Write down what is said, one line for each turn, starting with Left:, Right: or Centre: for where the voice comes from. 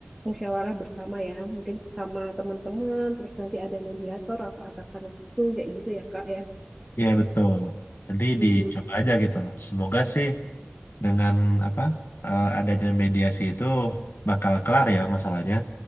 Centre: musyawarah bersama ya, mungkin sama teman-teman, terus nanti ada mediator atau atasan itu kayak gitu ya Kak ya.
Left: Iya betul. Nanti
Centre: Mm-mm.
Left: dicoba aja gitu loh. Semoga sih dengan apa eh, adanya mediasi itu bakal kelar ya masalahnya.